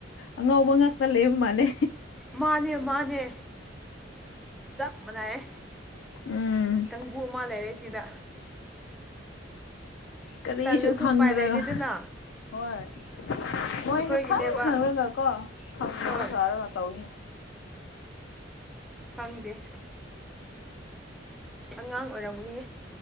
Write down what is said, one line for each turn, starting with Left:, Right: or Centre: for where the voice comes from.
Left: ꯑꯉꯥꯎꯕ ꯉꯥꯛꯇ ꯂꯩꯕ ꯃꯥꯜꯂꯦ
Centre: ꯃꯥꯅꯦ ꯃꯥꯅꯦ ꯆꯞ ꯃꯥꯟꯅꯩꯌꯦ
Left: ꯎꯝ
Centre: ꯀꯥꯡꯕꯨ ꯑꯃ ꯂꯩꯔꯦ ꯁꯤꯗ
Left: ꯀꯔꯤꯁꯨ
Centre: ꯇꯜꯂꯁꯨ
Left: ꯈꯪꯗ꯭ꯔꯒ
Centre: ꯎꯄꯥꯏ ꯂꯩꯇꯦꯗꯅ
Left: ꯍꯣꯏ ꯃꯣꯏꯁꯨ
Centre: ꯑꯩꯈꯣꯏꯒꯤꯅꯦꯕ
Left: ꯈꯪ ꯈꯪꯔꯒ ꯀꯣ ꯈꯪꯗꯕ
Centre: ꯍꯣꯏ
Left: ꯁꯥꯔꯒ ꯇꯧꯔꯤꯅꯤ
Centre: ꯈꯪꯗꯦ ꯑꯉꯥꯡ ꯑꯣꯏꯔꯝꯒꯅꯤ